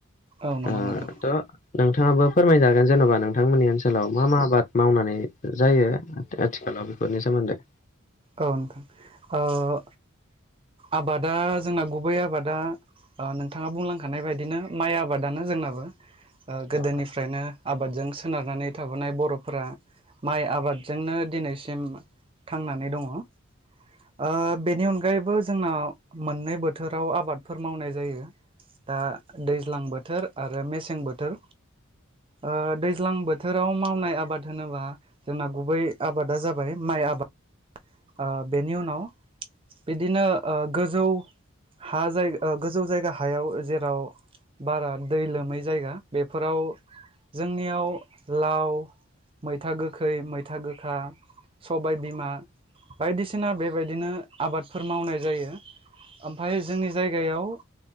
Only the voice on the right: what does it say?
औ नंगौ
नोंथां
औ औ औ आबादा जोंना गुबै आबादा नोंथाङा बुंलांखानाय बायदिनो माइ आबादानो जोंनाबो ओ गोदोनिफ्रायनो
आबादजों सोनारनानै थाबोनाय बर'फोरा माइ आबादजोंनो दिनैसिम थांनानै दङ ओ बेनि अनगायै गायैबो जोंना मोननै बोथोराव आबादफोर मावनाय जायो दा दैज्लां बोथोर आरो मेसें बोथोर ओ दैज्लां बोथोर बोथोराव मावनाय आबाद होनोबा जोंना गुबै आबादा जाबाय माइ आबाद आ बेनि उनाव बिदिनो गोजौ हा जायगा गोजौ जायगा हायाव जेराव बारा दै लोमै जायगा फोराव जोंनियाव लाव मैथा गोखै मैथा गोखा सबाय बिमा बायदिसिना बेबायदिनो आबादफोर मावनाय जायो ओमफ्राय जोंनि जायगायाव